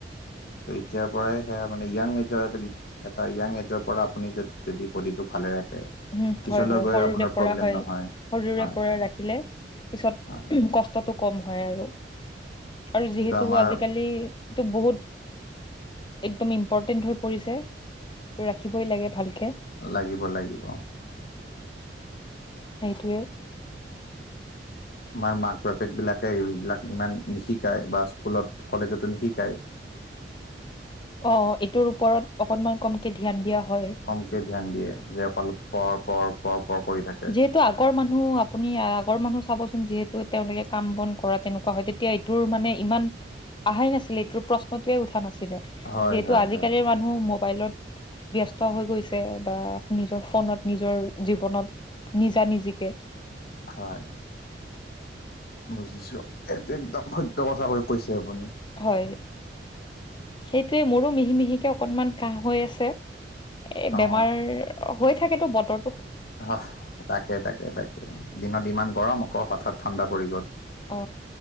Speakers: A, on the left (about 60°); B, on the left (about 25°).
A: ত এতিয়াৰ পৰাই সেয়া মানে য়াং এইজৰ এজনী এটা য়াং এজৰ পৰা আপুনি যদি বদিটোক ভালে ৰাখে
B: উম
A: পিছলৈ
B: হয় হয়
A: গৈ
B: সৰুৰে
A: আপোনাৰ
B: পৰা
A: প্ৰব্লেম
B: হয়
A: নহয়
B: সৰুৰে
A: হয়
B: পৰা
A: হয়
B: ৰাখিলে পিছত
A: হয়
B: কষ্টটো কম হয় আৰু আৰু
A: কিন্তু
B: যিহেতু
A: আমাৰ
B: আজিকালি টো বহুত একদম ইম্পৰ্টেণ্ট হৈ পৰিছে ত' ৰাখিবই লাগে ভালকে
A: লাগিব লাগিব
B: সেইটোৱে
A: আমাৰ মাক বাপেক বিলাকে এইবিলাক ইমান নিশিকায় বা স্কুলত কলেজতো নিশিকায়
B: অ এইটোৰ ওপৰত অকনমান কমকে ধ্যান দিয়া হয়
A: কমকে ধ্যান দিয়ে যে অকল পৰ পৰ পৰ পৰ কৰি থাকে
B: যিহেতু আগৰ মানুহ আপুনি আগৰ মানুহ চাবচোন যিহেতু তেওঁলোকে কাম বন কৰা তেনেকুৱা হয় এতিয়া এইটোৰ মানে ইমান আহাই নাছিলে এইটোৰ প্ৰশ্নটোয়ে উঠা নাছিলে
A: হয়
B: যিহেতু
A: হয়
B: আজিকালিৰ
A: হয়
B: মানুহ মোৰ মোবাইলত ব্যস্ত হৈ গৈছে বা নিজৰ ফোনত নিজৰ জীৱনত নিজা নিজিকে
A: হয় বুজিছো এইটো একদম সত্য কথা কৈ কৈছে আপুনি
B: হয় সেইটোৱে মোৰো মিহি মিহিকে অকনমান কাহ হৈ আছে এ বেমাৰ
A: অ
B: হৈ থাকেতো বতৰ
A: অহ তাকে তাকে তাকে দিনত ইমান গৰম আকৌ হঠাৎ ঠাণ্ডা পৰি গ'ল
B: অ